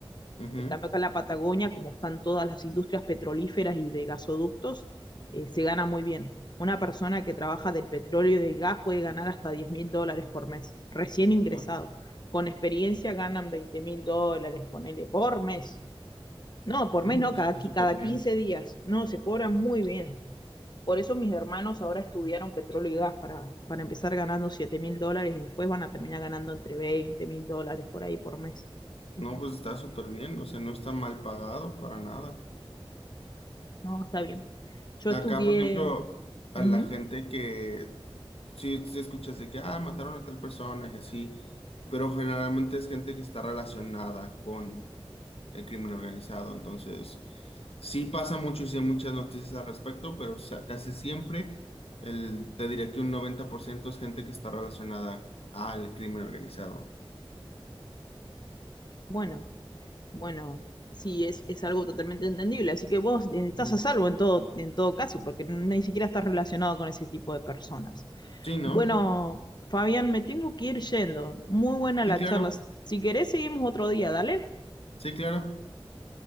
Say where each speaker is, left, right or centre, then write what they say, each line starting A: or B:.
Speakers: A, on the left; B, on the left.
A: Ujú.
B: en cambio, acá en la Patagonia, como están todas las industrias petrolíferas y de gasoductos, eh, se gana muy bien. Una persona que trabaja del petróleo y del gas puede ganar hasta diez mil dólares por mes, recién ingresado.
A: Ah,
B: Con experiencia ganan veinte mil dólares, ponele, por mes. No, por
A: No,
B: mes
A: pues
B: no, cada,
A: está súper
B: cada
A: bien.
B: 15 días. No, se cobran muy bien. Por eso mis hermanos ahora estudiaron petróleo y gas para, para empezar ganando siete mil dólares y después van a terminar ganando entre veinte mil dólares por ahí por mes.
A: No, pues está súper bien. O sea, no está mal pagado para nada.
B: No, está bien. Yo
A: Acá,
B: estudié
A: por ejemplo, a
B: Ujú.
A: la gente que Sí, sí escuchas de que, ah, mataron a tal persona y así, pero generalmente es gente que está relacionada con el crimen organizado, entonces sí pasa mucho y sí hay muchas noticias al respecto, pero o sea, casi siempre el, te diré que un 90% es gente que está relacionada al crimen organizado.
B: Bueno, bueno, sí, es, es algo totalmente entendible. Así que vos eh, estás
A: Ujú.
B: a salvo en todo, en todo caso, porque ni siquiera estás relacionado con ese tipo de personas.
A: Sí, ¿no?
B: Bueno, Fabián, me tengo que ir yendo. Muy buena
A: Sí,
B: la
A: claro,
B: charla. Si querés, seguimos otro día, dale.
A: sí, claro.